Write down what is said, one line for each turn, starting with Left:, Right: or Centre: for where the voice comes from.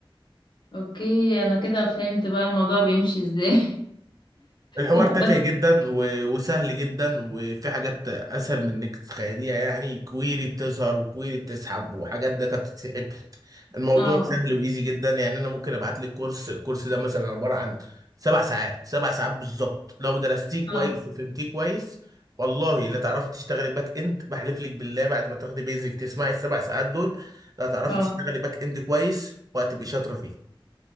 Left: اوكي انا كده فهمت بقى الموضوع بيمشي ازاي <laughs>
Right: الحوار
Left: لا
Right: تافه
Left: بس
Right: جدا و- وسهل جدا وفي حاجات اسهل من انك تتخيليها يعني كويري بتظهر وكويري بتسحب وحاجات داتا بتتسحب الموضوع
Left: اه
Right: سهل وايزي جدا يعني انا ممكن ابعت لك كورس الكورس ده مثلا عباره عن سبع ساعات سبع ساعات بالظبط لو درستيه
Left: اه
Right: كويس وفهمتيه كويس والله لا تعرفي تشتغلي باك اند بحلف لك بالله بعد ما تاخدي بيزك تسمعي السبع ساعات دول لا تعرفي
Left: اه
Right: تشتغلي باك اند كويس وهتبقي شاطره فيه